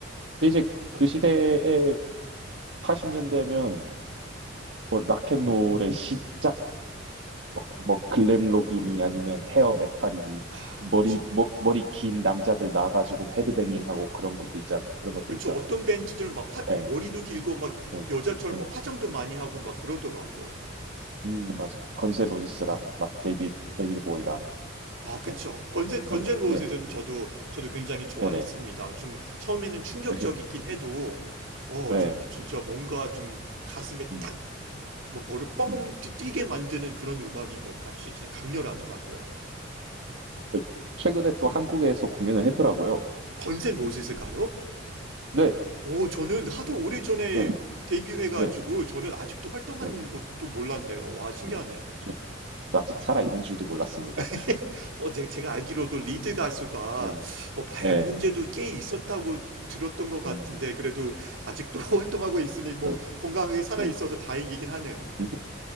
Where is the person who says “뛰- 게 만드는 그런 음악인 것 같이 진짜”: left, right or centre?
Right